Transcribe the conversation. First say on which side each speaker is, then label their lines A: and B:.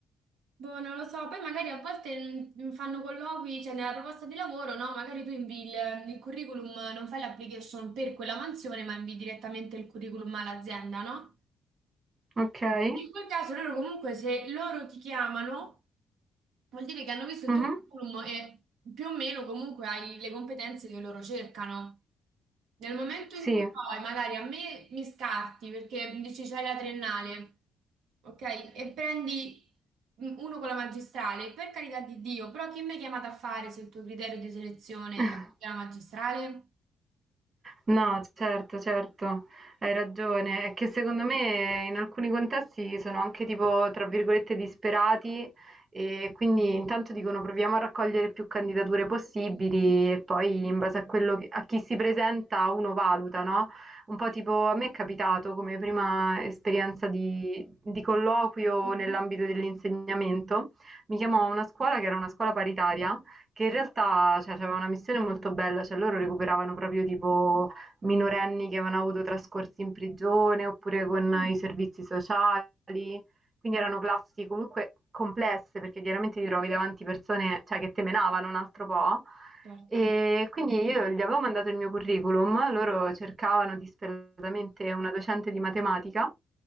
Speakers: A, on the right; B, on the right.
A: Boh, non lo so, poi magari a volte mm, fanno colloqui, cioè nella proposta di lavoro, no? Magari tu invi il, il curriculum, non fai l'application per quella mansione, ma invi direttamente il curriculum all'azienda, no?
B: Okay.
A: In quel caso loro comunque se loro ti chiamano vuol dire che hanno visto il
B: Mh-mh.
A: tuo curriculum e più o meno comunque hai le competenze che loro cercano. Nel momento
B: Sì.
A: in cui poi magari a me mi scarti perché dici c'hai la triennale, ok? E prendi mm, uno con la magistrale, per carità di Dio, però chi mi hai chiamato a fare se il tuo criterio di selezione
B: <laughs>
A: è la magistrale?
B: No, certo, certo, hai ragione. È che secondo me in alcuni contesti sono anche tipo, tra virgolette, disperati e quindi intanto dicono proviamo a raccogliere più candidature possibili e poi in base a quello che- a chi si presenta uno valuta, no? Un po' tipo a me è capitato come prima esperienza di, di colloquio
A: Mhm.
B: nell'ambito dell'insegnamento, mi chiamò una scuola che era una scuola paritaria che
A: Sì.
B: in realtà, cioè, aveva una missione molto bella, cioè loro recuperavano proprio tipo minorenni che avevano avuto trascorsi in prigione oppure con
A: Mm,
B: i servizi sociali, quindi erano classi comunque complesse perché chiaramente ti trovi davanti persone, cioè, che temenavano un altro po'.
A: certo.
B: E quindi io gli avevo mandato il mio curriculum, loro cercavano disperatamente una docente di matematica.